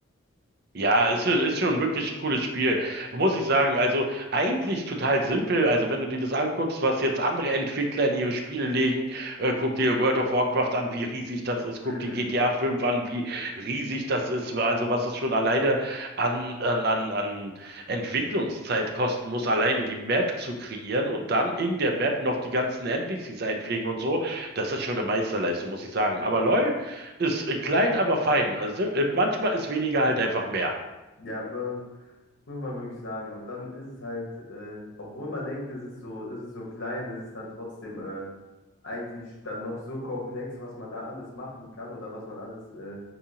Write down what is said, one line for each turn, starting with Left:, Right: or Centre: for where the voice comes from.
Right: Ja, ist, schon- ist schon wirklich cooles Spiel, muss ich sagen. Also eigentlich total simpel. Also wenn du dir das anguckst, was jetzt andere Entwickler in ihre Spiele legen, äh, guck dir World of Warcraft an, wie riesig das ist. Guck
Left: Mhm.
Right: dir GTA 5 an, wie riesig das ist. Also was das schon alleine an, an, an, an Entwicklungszeit kosten muss, alleine die Map zu kreieren und dann in der Map noch die ganzen NPCs einpflegen und so. Das ist schon eine Meisterleistung, muss ich sagen. Aber LoL ist äh, klein, aber fein. Also sim- äh, manchmal ist weniger halt einfach mehr.
Left: Ja, äh, muss man wirklich sagen. Und dann ist es halt, äh, obwohl man denkt, es ist so, es ist so klein, ist es dann trotzdem äh, eigentlich dann noch so komplex, was man da alles machen kann oder was man alles äh,